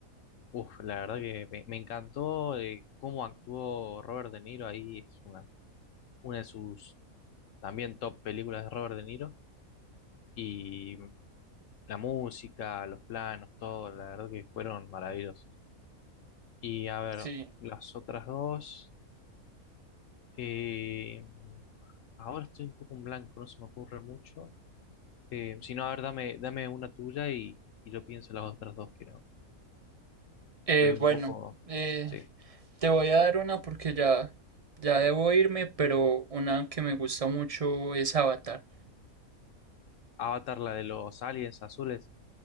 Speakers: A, on the left (about 70°); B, on the right (about 45°).
A: Uf, la verdad que me, me encantó eh, cómo actuó Robert De Niro ahí, es una, una de sus también top películas de Robert De Niro y la música, los planos, todo, la verdad que fueron maravillosos. Y a ver,
B: Sí.
A: las otras dos, eh, ahora estoy un poco en blanco, no se me ocurre mucho. Eh, si no, a ver, dame, dame una tuya y, y yo pienso en las otras dos, que no,
B: Eh,
A: estoy un
B: bueno,
A: poco,
B: eh,
A: sí,
B: te voy a dar una porque ya, ya debo irme, pero una que me gusta mucho es Avatar.
A: Avatar, la de los aliens azules.